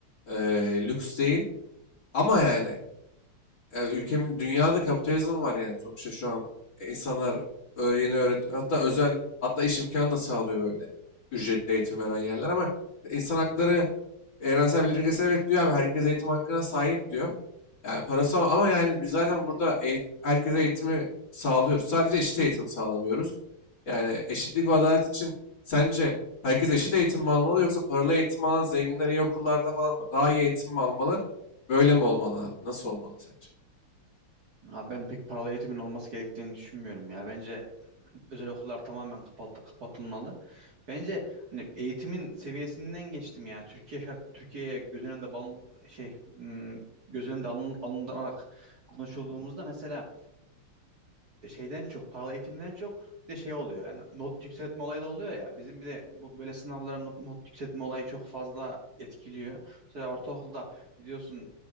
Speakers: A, on the left (about 60°); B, on the right (about 50°).
A: Ee, lüks değil. Ama yani e, ülkemin dünyada kapitalizm var yani sonuçta şu an E, insanlar ö- yeni öğretim hatta özel hatta iş imkanı da sağlıyor böyle ücretli eğitim veren yerler ama insan hakları evrensel bildirgesi evet diyor abi herkes eğitim hakkına sahip diyor. Yani parası o- ama yani biz zaten burada eğit- herkese eğitimi sağlıyoruz. Sadece eşit eğitim sağlamıyoruz. Yani eşitlik ve adalet için sence herkes eşit eğitim mi almalı yoksa paralı eğitim alan zenginler iyi okullarda falan daha iyi eğitim mi almalı? Böyle mi olmalı abi? Nasıl olmalı sence?
B: Abi ben pek paralı eğitimin olması gerektiğini düşünmüyorum ya. Bence özel okullar tamamen kapalı, kapatılmalı. Bence hani eğitimin seviyesinden geçtim ya. Türkiye şart Türkiye'ye göz önünde bal- şey hmm, göz önünde alın, alınarak konuşulduğumuzda mesela e, şeyden çok, paralı eğitimden çok bir de şey oluyor yani not yükseltme olayı da oluyor ya. Bizim bir de bu böyle sınavlara not, not yükseltme olayı çok fazla etkiliyor. Mesela ortaokulda gidiyorsun